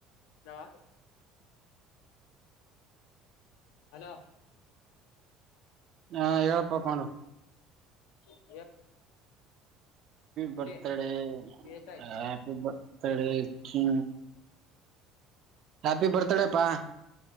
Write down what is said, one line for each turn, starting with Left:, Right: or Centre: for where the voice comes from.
Left: ನವಾ ಹಲೋ
Right: ಹಾ ಹೇಳಪ್ಪ ಪಾಂಡು
Left: ಹ ಹುಲಿ
Right: ಬರ್ತಡೆ
Left: ಕೇಸ್ ಆಗಿ
Right: ಹ ಬರ್ತ ಚ ಹ್ಯಾಪಿ ಬರ್ತಾಡಪ್ಪಾ